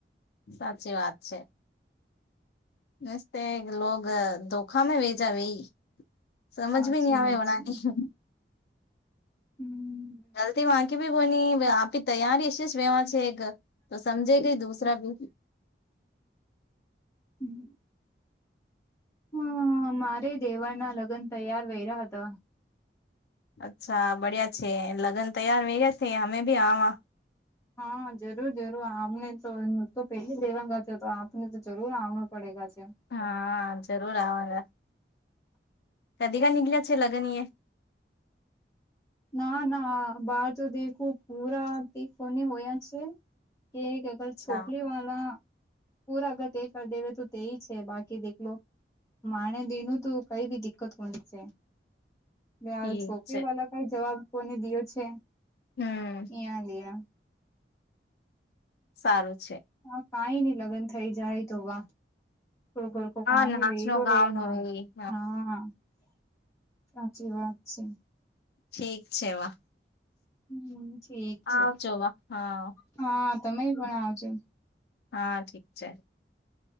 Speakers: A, on the left; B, on the left.
A: સાચી વાત છે. ન લોગ ધોખામાં વેજવે <unintelligible> સમજ
B: સાચી
A: બી નહી આવેણાની
B: વાત છે હમ
A: જલ્દી વાચ કે ભાઈ કોઈની આપી તૈયારી હશે વેમાં છે એક તો સમજે ગઈ દુસરા બી
B: હમ હ મારે દેવળ ના લગ્ન તૈયાર વ્યા હતા
A: અચ્છા બડિયા છે લગ્ન તૈયાર વ ગયા છે અમે ભી આવા
B: હા જરૂર જરૂર આમને તો તો પેલી લેવાગ છે, તો આપને તો જરૂર આવડું પડે છે.
A: હા જરૂર આવા કદી કાનીકળ છે લગન એ
B: ના ના બહાર તો દેખું પૂરા દ કોને હોયા છે, કે પર
A: અચ્છા
B: છોકરી વાળલા પૂરાગત તે કરી દેવે તો તેય છે, બાકી દેખલો માણે દીનુંું તું કઈ બી દિકકત કોની છે, બે હ
A: ઠીક
B: છોકરી
A: છે
B: વાળા કઈ જવાબ કોને દયો છે.
A: હમ.
B: ભીયા.
A: સારું છે.
B: હા કઈ નહી, લગ્ન થઈ જાય તો વા ખડકડ કો
A: હા
B: કામી
A: નાચનો
B: વઈરો
A: ગાવનો
B: હેનું,
A: એ
B: હા. સાચી વાત છે.
A: ઠીક છે વા.
B: હમ, ઠીક છે.
A: આવજો વા હા
B: હા, તમે પણ આવજો.
A: હા, ઠીક છે.